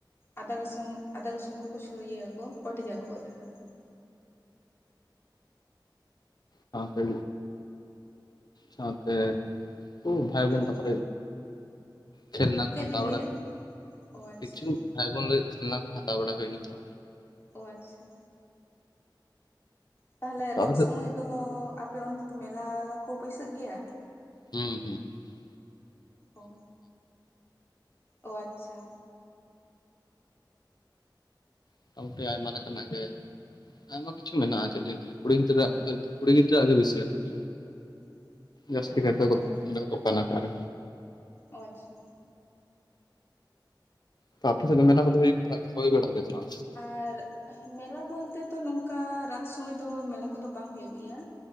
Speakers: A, on the left; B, on the left.
A: ᱟᱫᱟ ᱨᱟᱹᱥᱩᱱ, ᱟᱫᱟ ᱨᱟᱹᱥᱩᱱ ᱠᱚᱠᱚ ᱪᱷᱩᱲᱤᱭᱟᱹᱣ ᱟᱠᱚ ᱠᱚᱴᱮᱡ ᱟᱠᱚ ᱡᱟᱦᱟᱸ᱾
B: ᱥᱟᱶᱛᱮ, ᱥᱟᱶᱛᱮ ᱩᱱᱠᱩ <unintelligible> ᱵᱷᱟᱭ ᱵᱳᱱ
A: ᱟᱨ
B: ᱛᱟᱠᱚ ᱠᱷᱮᱞᱱᱟ ᱠᱚ
A: ᱪᱮᱫ
B: ᱦᱟᱛᱟᱣ
A: ᱵᱤᱱ ᱞᱟᱹᱭᱮᱜᱼᱟ
B: ᱵᱟᱲᱟ
A: ᱚ ᱟᱪᱪᱷᱟ
B: ᱠᱤᱪᱷᱩ ᱵᱷᱟᱭ ᱵᱳᱱ ᱞᱟᱹᱜᱤᱫ ᱠᱷᱮᱞᱱᱟ ᱠᱚ ᱦᱟᱛᱟᱣ ᱵᱟᱲᱟ ᱦᱳᱭᱱᱟ ᱛᱚ᱾
A: ᱳ ᱟᱪᱪᱷᱟ, ᱛᱟᱦᱚᱞᱮ
B: ᱛᱚ
A: ᱨᱚᱛᱷ
B: ᱟᱯᱮ ᱥᱮᱫ
A: ᱥᱳᱢᱚᱭ ᱛᱚ ᱟᱯᱮ ᱚᱱᱛᱮ ᱫᱚ, ᱢᱮᱞᱟ ᱠᱚ ᱵᱟᱹᱭᱥᱟᱹᱜ ᱜᱮᱭᱟ᱾
B: ᱦᱩᱸ ᱦᱩᱸ ᱾
A: ᱚ, ᱚ ᱟᱪᱪᱷᱟ᱾
B: ᱢᱚᱴᱟᱢᱩᱴᱤ ᱟᱭᱢᱟ ᱞᱮᱠᱟᱱᱟᱜ ᱜᱮᱼᱼ ᱟᱭᱢᱟ ᱠᱤᱪᱷᱩ ᱢᱮᱱᱟᱜᱼᱟ ᱪᱮᱫ ᱤᱧ ᱞᱟᱹᱭᱼᱟ ᱾ ᱠᱩᱲᱤ ᱜᱤᱫᱽᱨᱟᱹᱣᱟᱜ ᱠᱩᱲᱤ ᱜᱤᱫᱽᱨᱟᱹᱣᱟᱜ ᱜᱮ ᱵᱮᱥᱤ ᱟᱨᱠᱤ᱾
A: <inaudible>
B: ᱡᱟᱹᱥᱛᱤ ᱠᱟᱭᱛᱮ ᱫᱚ
A: ᱚ
B: ᱚᱸᱰᱮ ᱠᱚ ᱫᱚᱠᱟᱱᱟ ᱟᱠᱟᱨ ᱨᱮ?
A: ᱚ ᱟᱪᱪᱷᱟ᱾
B: ᱛᱚ ᱟᱯᱮ ᱥᱮᱫ ᱫᱚ ᱢᱮᱞᱟ ᱠᱩᱫᱩ ᱦᱩᱭ ᱵᱟᱲᱟ, ᱦᱳᱭ ᱵᱟᱲᱟᱜ ᱜᱮᱭᱟ ᱥᱮ ᱵᱟᱝ ᱾
A: ᱟᱨ ᱢᱮᱞᱟ ᱵᱚᱞᱛᱮ ᱛᱚ ᱱᱚᱝᱠᱟ ᱨᱟᱛ ᱥᱚᱢᱚᱭ ᱫᱚ, ᱢᱮᱞᱟ ᱠᱚᱫᱚ ᱵᱟᱝ ᱦᱳᱭᱳᱜ ᱜᱮᱭᱟ᱾